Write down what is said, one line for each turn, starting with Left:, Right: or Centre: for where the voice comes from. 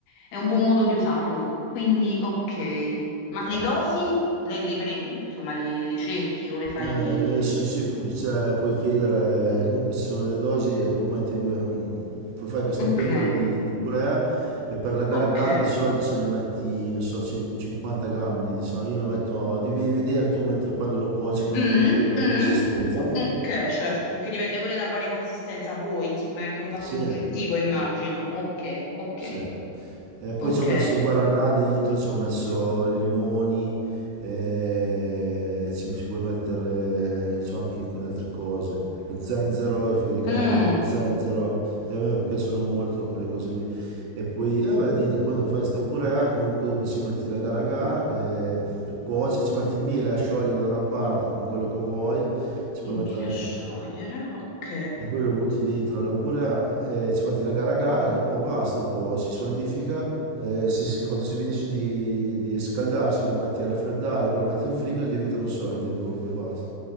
Left: è un buon modo di usarlo. Quindi, ok, ma
Right: Eh.
Left: le dosi, le, le pre- insomma, le, le cerchi o le fai...
Right: Ma eh, adesso sì, pu- cioè, puoi chiedere, comunque ci sono delle dosi e tu metti un- un- f- fai questa
Left: Ok,
Right: pentola di, di purea e per la gara
Left: ok.
Right: gara di solito ce ne metti, non so, cin- 50 grammi, diciamo, io lo metto, devi vedere tu mentre quando lo cuoci, quando
Left: Mm,
Right: viene la
Left: mm.
Right: consistenza.
Left: Eh? Ok, certo, che dipende pure da quale consistenza vuoi, insomma, è anche un fatto
Right: Sì,
Left: soggettivo, immagino. Ok, ok,
Right: sì. Eh, poi
Left: ok.
Right: ci ho messo il guaranà dentro, ci ho messo i limoni, eh, ci, ci puoi mettere, c'ho anche con altre cose, lo zenzero, quelle caramelle
Left: Mm.
Right: con lo zenzero, e a me piacciono molto quelle cose lì. E poi, eh, vabbè, niente, quando fai sta purea, comunque dopo ci metti la gara a gara, que- cuoci, ci metti il miele a sciogliere da una parte con quello che vuoi, ci puoi
Left: Dimmi
Right: mettere
Left: da
Right: anche
Left: sciogliere, ok.
Right: e poi lo butti dentro alla purea, eh, ci metti la caragana e dopo basta, dopo si solidifica, eh, si s- quando si finisce di, di scaldarsi lo metti a raffreddare, dopo lo metti in frigo e diventano solide dopo e basta.